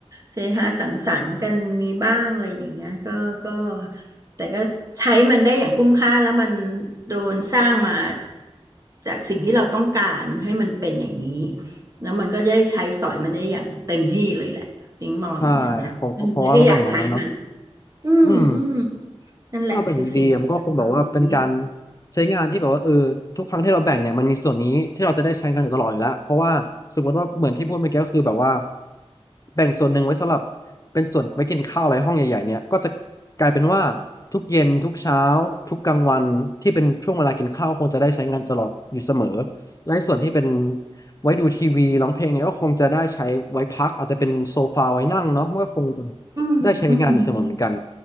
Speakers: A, on the right; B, on the left.
A: เสฮาสังสรรค์กันมีบ้างอะไรอย่างเงี้ยก็ก็แต่ก็ใช้มันได้อย่างคุ้มค่าแล้วมันโดนสร้างมาจากสิ่งที่เราต้องการให้มันเป็นอย่างนี้แล้วมันก็ได้ใช้สอยมันได้อย่างเต็มที่เลยแหละติ้งมองอย่างนั้นนะอืมแล้วก็อยากใช้มัน
B: ใช่ผมผมว่าก็เป็นอย่างนั้นแล้วเนาะ
A: อืมอืม
B: อืม
A: นั่นแหละคือสิ่งประมาณนี้
B: ถ้าเราแบ่งดีๆอะมันก็คงแบบว่าเป็นการใช้งานที่แบบว่าเออทุกครั้งที่เราแบ่งเนี่ยมันมีส่วนนี้ที่เราจะได้ใช้งานอยู่ตลอดอยู่แล้วเพราะว่าสมมติว่าเหมือนที่พูดเมื่อกี้ก็คือแบบว่าแบ่งส่วนหนึ่งไว้สำหรับเป็นส่วนไว้กินข้าวอะไรห้องใหญ่ๆเนี่ยก็จะกลายเป็นว่าทุกเย็นทุกเช้าทุกกลางวันที่เป็นช่วงเวลากินข้าวคงจะได้ใช้งานตลอดอยู่เสมอและส่วนที่เป็นไว้ดูทีวีร้องเพลงเนี่ยก็คงจะได้ใช้ไว้พักอาจจะเป็นโซฟาไว้นั่งเนาะมันก็คงจะ
A: อืมอืมอืม
B: ได้ใช้งานอยู่เสมอเหมือนกัน